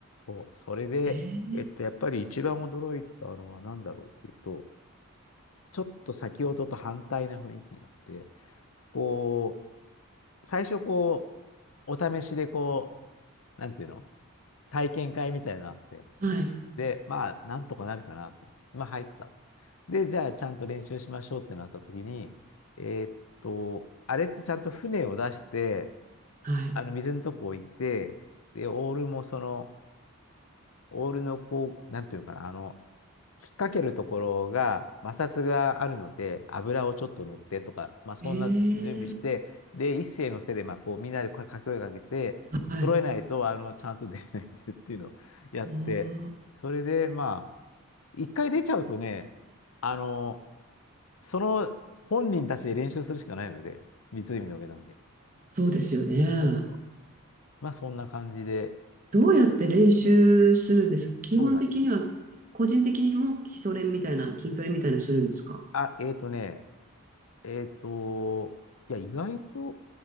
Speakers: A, on the left; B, on the right.
A: そう、それで、
B: えー、
A: えっと、やっぱり一番驚いたのは何だろうっていうと、ちょっと先ほどと反対な雰囲気があって、こう、最初こう、お試しでこう、なんていうの体験会みたいなのあって、
B: はい、
A: で、まあ、なんとかなるかなと。まあ、入ったと。で、じゃあ、ちゃんと練習しましょうってなった時に、えーっと、あれってちゃんと船を出して、
B: はい。
A: あの、水のとこ置いて、で、オールもその、オールのこう、なんていうかな、あの、引っ掛けるところが摩擦があるので、油をちょっと塗ってとか、まあ、そんな準備して、
B: えー、
A: で、一斉のせいで、まあ、こう、みんなで掛け声かけて、
B: はい。
A: 揃えないと、あの、ちゃんと出ないんでっていうのをやって、
B: おー、
A: それで、まあ、一回出ちゃうとね、あの、その本人たちで練習するしかないので、湖の上なんで。
B: そうですよね。
A: そうそう。まあそんな感じで、
B: どうやって練習するんですか基本的には、
A: いやそうだね。
B: 個人的にも基礎練みたいな、筋トレみたいなするんですか
A: あ、えっとね、えっと、いや、意外と